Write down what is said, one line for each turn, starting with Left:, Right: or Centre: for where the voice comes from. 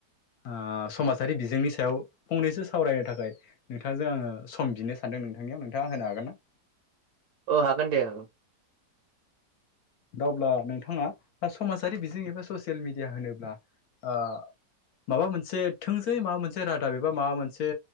Left: ओ समाजारि बिजोंनि सायाव फंनैसो सावरायनो थाखाय नोंथांजों आङो सम बिनो सान दों नोंथांनियाव नोंथाङा होनो हागोन ना?
Right: ओ हागोन दे ओ
Left: दा अब्ला नोंथाङा समाजारि बिजों एबा ससियेल मिडिया होनोब्ला ओ माबा मोनसे थोंजोयै माबा मोनसे रादाब एबा माबा मोनसे